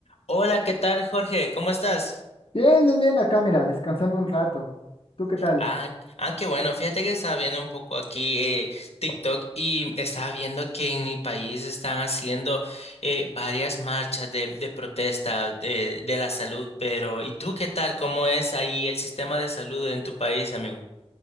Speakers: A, on the left; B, on the left.
A: Hola, ¿qué tal, Jorge? ¿Cómo estás?
B: Bien, bien, bien, acá mira, descansando un rato. ¿Tú qué tal?
A: Ah, ah, qué bueno. Fíjate que estaba viendo un poco aquí eh, TikTok y estaba viendo que en mi país están haciendo eh, varias marchas de, de protesta eh, de la salud, pero ¿y tú qué tal? ¿Cómo es ahí el sistema de salud en tu país, amigo?